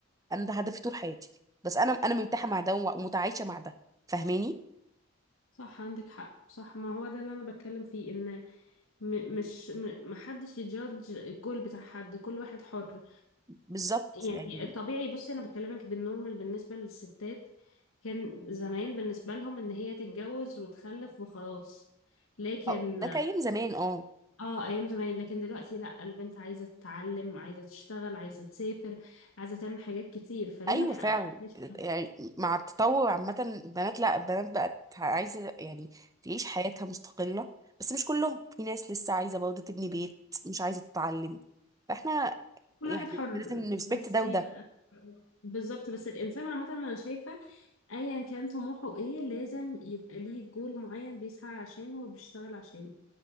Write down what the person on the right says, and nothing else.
انا ده هدفي طول
حياتي بس انا انا مرتاحه مع ده ومتعايشه مع ده فاهماني
بالظبط
يعني
اه ده كان زمان اه
ايوه
فعلا
يعني مع التطور عامه البنات لا البنات بقت عايزه يعني تعيش حياتها مستقله بس مش كلهم في ناس لسه عايزه برضه تبني بيت مش عايزه تتعلم فاحنا
يعني
احنا لازم نرسبكت
ده
وده